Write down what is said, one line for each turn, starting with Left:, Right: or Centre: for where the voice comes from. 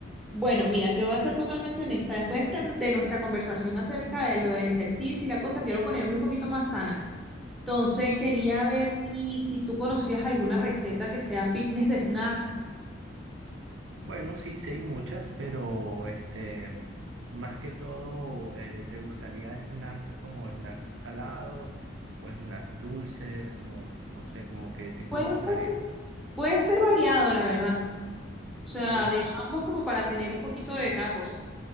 Centre: Bueno, mira, te voy a ser totalmente honesta. Después de de nuestra conversación acerca de lo del ejercicio y la cosa, quiero ponerme un poquito más sana. Entonces quería ver si, si tú conocías alguna receta que sea fitness de snacks.
Right: Bueno, sí, sí hay muchas, pero este, más que todo, eh, ¿te gustaría snacks como snacks salados o snacks dulces? Como, no sé, como qué tipo
Centre: Puede
Right: te gustaría.
Centre: ser, puede ser variado, la verdad. O sea,
Right: Bueno,
Centre: de ambos como para tener un poquito de cada cosa.